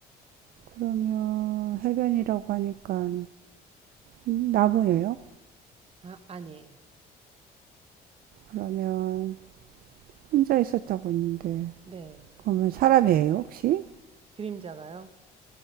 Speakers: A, on the right; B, on the right.
A: 그러면 해변이라고 하니까 나무예요?
B: 아, 아니에요.
A: 그러면 혼자 있었다고 했는데
B: 네.
A: 그러면 사람이에요 혹시?
B: 그림자가요?